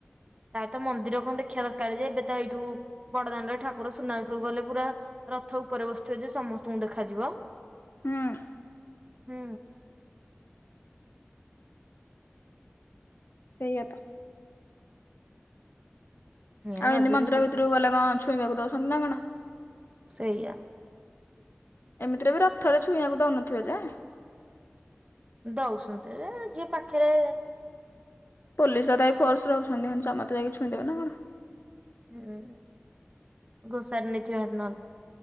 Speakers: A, on the right (about 25°); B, on the left (about 60°).
A: ତାରେ ତ ମନ୍ଦିର କଣ ଦେଖିବା ଦରକାର ଯେ ଏବେ ତ ଏଇଠୁ ବଡଦାଣ୍ଡରେ ଠାକୁର ସୁନାବେସକୁ ଗଲେ ପୁରା ରଥ ଉପରେ ବସିଥିବେ ଯେ ସମସ୍ତଙ୍କୁ ଦେଖାଯିବ।
B: ହୁଁ ଉଁ।
A: ହୁଁ।
B: ସେଇଆ ତ।
A: ଏଇଆ
B: ଆଉ
A: ଭାବିଛୁ
B: ଇଁତି ମନ୍ଦିର
A: ଯିବୁ।
B: ଭିତରକୁ ଗଲେ କଣ ଛୁଇଁବାକୁ ଦଉସନ୍ତି ନା କଣ!
A: ସେଇଆ।
B: ଏମିତିରେ ବି ରଥରେ ଛୁଇଁବାକୁ ଦଉନଥିବେ ଯେ
A: ଦଉସୁନ୍ତି ଯେ ଯିଏ ପାଖରେ
B: ପୋଲିସ ତଥାପି ଫୋର୍ସ ରହୁଛନ୍ତିୁ। ହିନ୍ତି ସମସ୍ତେ ଯାଇକି ଛଇଁଦେବେ ନା କଣ।
A: ହୁଁ ଘୋଷାରି ନେଇଥିବାର ନହଲେ